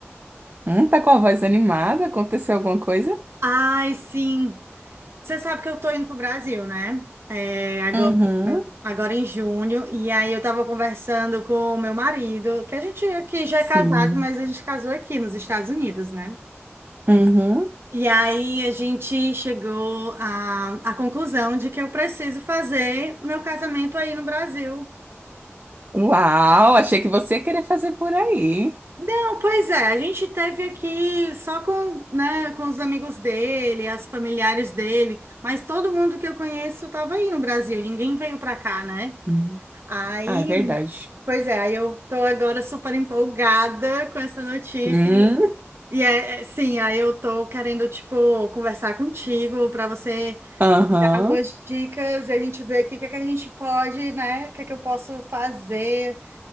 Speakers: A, on the right; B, on the right.
A: Hum, tá com a voz animada? Aconteceu alguma coisa?
B: Ai, sim. Você sabe que eu tô indo pro Brasil, né? É, agora,
A: Uhum,
B: agora em junho. E aí eu tava conversando com o meu marido, que a gente aqui já
A: sim.
B: é casado, mas a gente casou aqui nos Estados Unidos, né?
A: Uhum.
B: E aí a gente chegou à, à conclusão de que eu preciso fazer meu casamento aí no Brasil.
A: Uau, achei que você ia querer fazer por aí.
B: Não, pois é, a gente teve aqui só com, né, com os amigos dele, as familiares dele, mas todo mundo que eu conheço estava aí no Brasil, ninguém veio para cá, né?
A: Hum.
B: Aí,
A: Ah, é verdade.
B: pois é, aí eu tô agora super empolgada com essa notícia.
A: Hum,
B: E é, é, sim, aí eu tô querendo, tipo, conversar contigo para você
A: Aham.
B: dar algumas dicas e a gente ver aqui o que é que a gente pode, né? O que é que eu posso fazer.